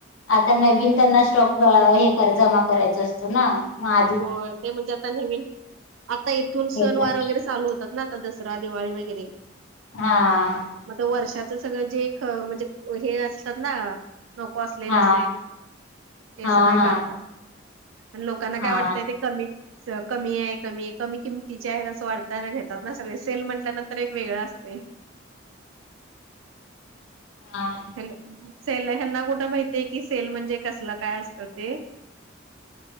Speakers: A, on the left; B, on the right.
A: आता नवीन त्यांना स्टॉक हे कर जमा करायच असतो. ना? म -
B: हो. ते म्हणजे आता नवीन. आता इथून सणवार
A: घेणार.
B: वगैरे चालू होतात ना? दसरा दिवाळी वगैरे.
A: हा.
B: मग वर्षाचे सगळे. जे ख म्हणजे हे असतात ना? नको असलेले
A: हा
B: असे. ते
A: हा
B: सगळे
A: हा
B: काढतात. आणि लोकांना-
A: हा
B: काय वाटतंय ते कमी- कमी आहे कमी आहे. कमी किमतीचे आहे असं वाटताना घेतात ना सगळे. सेल म्हटल्यानंतर एक वेगळं असतंय.
A: हा.
B: हॅलो. सेल ह्यांना कुठं माहितीय की सेल म्हणजे कसलं काय असतं ते.